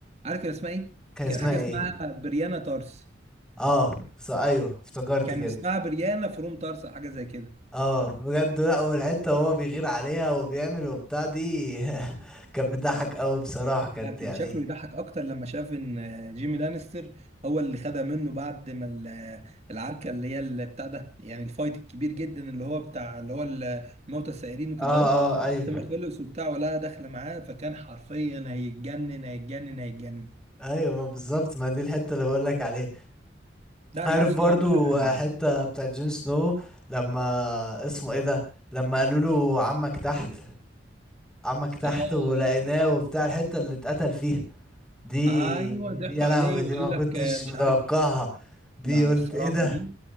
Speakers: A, on the right (about 35°); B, in the centre.
A: عارف كان اسمها ايه؟
B: كان اسمها
A: كان حاجه
B: ايه
A: اسمها بريانا تارس
B: اه ص... ايوه افتكرت
A: كان
B: كده
A: اسمها بريانا فروم طارسا حاجه زي كده
B: اه بجد لا والحته وهو بيغير عليها وبيعمل وبتاع دي <laughs> كانت بتضحك قوي بصراحه كانت
A: لا كان
B: يعني
A: شكله يضحك اكتر لما شاف ان جيمي لانستر هو اللي خدها منه بعد ما ال- العركه اللي هي اللي بتاع ده يعني الفايت الكبير جدا اللي هو بتاع اللي هو ال- موتى السائرين وكده
B: اه
A: اهو
B: اه ايوه
A: بعد ما خلص وبتاع ولا داخله معاه فكان حرفيا هيتجنن هيتجنن هيتجنن
B: ايوه ما بالظبط ما دي الحته اللي بقول لك عليها
A: ده
B: عارف
A: جون
B: برضو
A: سنو اكتر حاجه
B: حتة
A: بقى
B: بتاعت جون سنو لما اسمه ايه ده لما قالوا له عمك تحت عمك تحت
A: اه
B: ولقيناه
A: آه،
B: وبتاع الحتة اللي اتقتل فيها دي
A: آه. ايوه ضحكوا
B: دي يا
A: عليه
B: لهوي دي
A: وقال
B: ما كنتش
A: لك آه، مش
B: متوقعها
A: عارف
B: دي
A: لا
B: قلت
A: الصراحة
B: ايه ده
A: دي